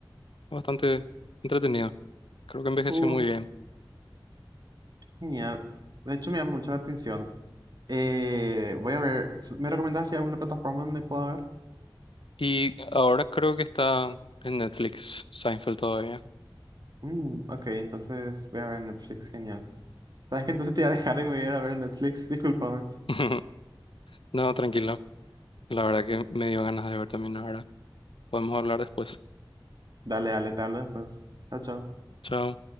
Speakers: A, on the left (about 80°); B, on the right (about 50°).
A: Bastante entretenido. Creo que envejeció
B: Uh,
A: muy bien.
B: genial. De hecho, me llama mucho la atención. Eh, voy a ver. s- ¿Me recomendás si hay alguna plataforma donde pueda ver?
A: Y ahora creo que está en Netflix, Seinfeld todavía.
B: Mm, ok, entonces voy a ver Netflix. Genial. ¿Sabes qué? Entonces te voy a dejar y me voy a ir a ver Netflix. <laughs> Discúlpame.
A: <laughs> No, tranquilo. La verdad que me dio ganas de ver también ahora. Podemos hablar después.
B: Dale, dale, te hablo después. Chao, chao.
A: Chao.